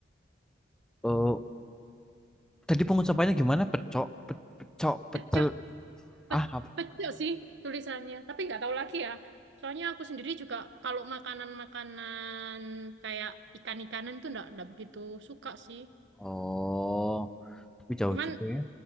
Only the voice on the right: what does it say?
Pecok,
pe-
pecok sih tulisannya. Tapi nggak tahu lagi ya. Soalnya aku sendiri juga kalau makanan-makanan kayak ikan-ikanan tuh nggak nggak begitu suka sih.
Cuman